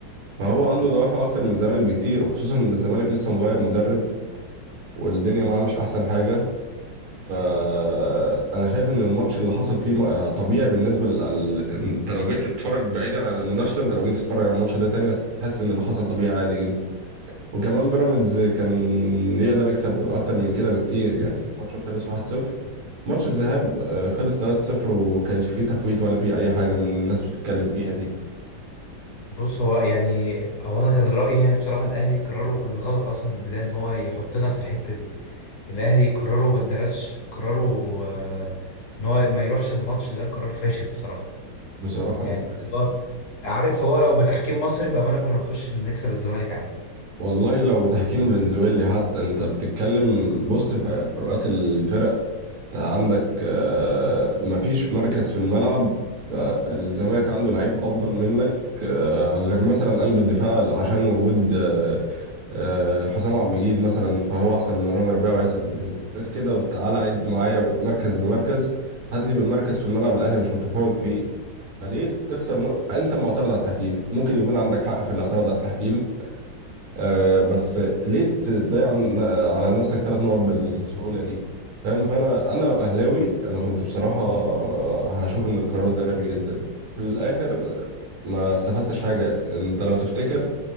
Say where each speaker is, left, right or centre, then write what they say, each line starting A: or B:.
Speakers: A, on the right; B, on the left.
A: فهو عنده دوافع اكتر من الزمالك بكتير وخصوصا ان الزمالك لسه مغير مدرب والدنيا معاه مش احسن حاجه فانا شايف ان الماتش اللي حصل فيه م- آه، طبيعي بالنسبه لل... انت لو جيت تتفرج بعيدا عن المنافسه انت لو جيت تتفرج على الماتش ده تاني هتحس ان اللي حصل طبيعي عادي جدا وكمان بيراميدز كان يقدر يكسب اكتر من كده بكتير يعني الماتش خلص 1-0 ماتش الذهاب آه، خلص 3-0 وما كانش فيه تفويت ولا فيه اي حاجه من الناس بتتكلم فيها دي
B: بص هو يعني هو انا كان رأيي يعني بصراحة الاهلي قراره كان غلط اصلا من البداية ان هو يحطنا في الحتة دي الاهلي قراره ما اتدرسش قراره آه، ان هو ما يروحش الماتش ده قرار فاشل بصراحة
A: بصراحه انا
B: يعني
A: مختلف
B: اللي هو عارف هو لو بتحكيم مصري بأمانة كنا نخش نكسب الزمالك عادي
A: والله لو بتحكيم فنزويلي حتى انت بتتكلم بص في فروقات الفرق انت عندك آه، مفيش مركز في الملعب آه، الزمالك عنده لعيب افضل منك آه، غير مثلا قلب الدفاع عشان وجود آه، آه، حسام عبد المجيد مثلا فهو احسن من رامي ربيعه وياسر ابراهيم غير كده تعالى عد معايا مركز بمركز هات لي مركز في الملعب الاهلي مش متفوق فيه فليه تخسر نق- انت معترض على التحكيم ممكن يكون عندك حق في الاعتراض على التحكيم آه بس ليه تضيع ن- على نفسك ثلاث نقط بالسهولة دي فاهم فانا انا لو اهلاوي انا كنت بصراحة آه، هشوف ان القرار ده غبي جدا وفي الاخر ما استفدتش حاجة انت لو تفتكر